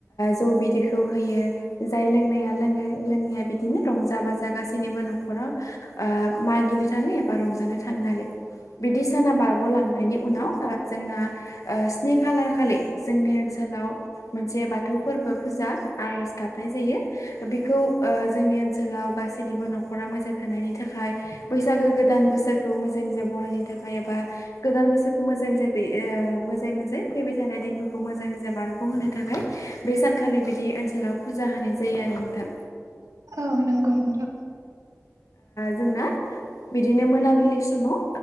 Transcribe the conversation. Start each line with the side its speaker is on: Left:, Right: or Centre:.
Left: जौ बिदै बेखौ होयो जाय लोंनाया लोङै लोङैया बिदिनो रंजा बाजा गासैनोबो न'खराव मागिनो थाङो एबा रंजानो थाङो आरो। बिदि साना बारग'लांनायनि उनाव जोंना स्नि खालार खालि जोंनि ओनसोल नाव मोनसे बाथौ फोरबो फुजा आरज गाबनाय जायो बेखौ जोंनि ओनसोलाव गासैनिबो न'खरा मोजां थानायनि थाखाय बैसागो गोदान गोदान बोसोरखौ मोजाङै मोजा बरायनो थाखाय एबा गोदान बोसोरखौ मोजां जाहाथे मोजाङै मोनसे फैबाय थानाय दिनफोरखौ मोजाङै मोजां बारग' होनो थाखाय बे सानखालि बिदि ओनसोलाव फुजा होनाय जायो आरो बे नोथां
Right: औ नंगौ नंगौ।
Left: जोंना। बिदिनो मोनाबिलि समाव